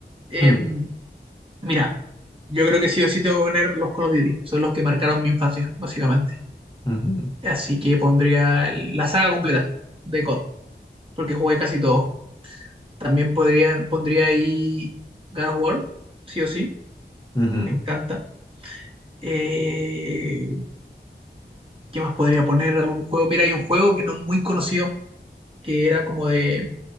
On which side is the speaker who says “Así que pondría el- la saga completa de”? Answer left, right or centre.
Right